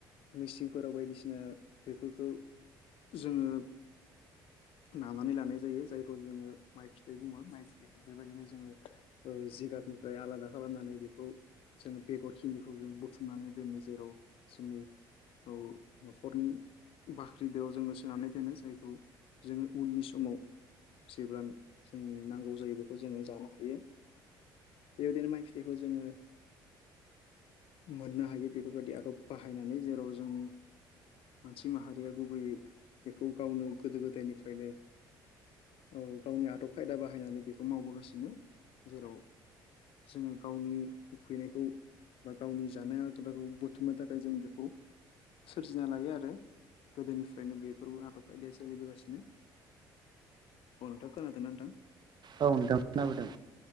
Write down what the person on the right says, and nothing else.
औ नोंथां खोनाबोदों